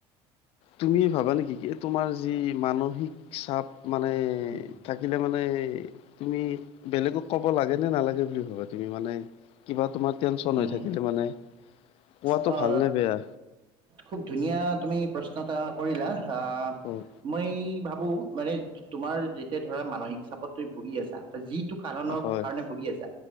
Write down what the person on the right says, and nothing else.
উম
উম।
আহ,
খুব ধুনীয়া তুমি প্ৰশ্ন এটা কৰিলা, আহ
মই ভাবো মানে তোমাৰ যেতিয়া ধৰা মানসিক চাপত তুমি ভুগি আছা, যিটো কাৰণৰ
কাৰণে ভুগি আছা,